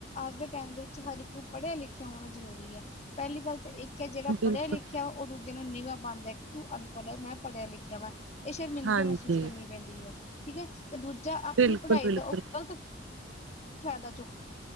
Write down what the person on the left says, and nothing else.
ਅੱਜ ਦੇ ਟੈਮ ਦੇ ਵਿੱਚ ਹਰ ਇੱਕ ਨੂੰ ਪੜੇਆ-ਲਿਖੇਆ ਹੋਣਾ ਜ਼ਰੂਰੀ ਐ ਪੈਲੀ ਗੱਲ ਤਾਂ ਇੱ ਕੇ ਜੇੜਾ
ਪੜੇਆ-ਲਿਖੇਆ ਓਹ ਦੂਜੇ ਨੂੰ ਨੀਵਾਂ ਪਾਦੈ, ਕਿ ਤੂੰ ਅਨਪੜ੍ਹ ਐ ਮੈਂ ਪੜੇਆ-ਲਿਖੇਆ ਵਾਂ ਏ ਸ਼ਰਮਿੰਦਗੀ
ਮਹਸੂਸ ਕਰਨੀ ਪੈਂਦੀ ਐ, ਠੀਕ ਐ, ਤੇ ਦੂਜਾ ਆਪਨੀ
ਪੜ੍ਹਾਈ
ਦਾ ਔ ਗਲਤ ਫੈਦਾ ਚੁੱਕ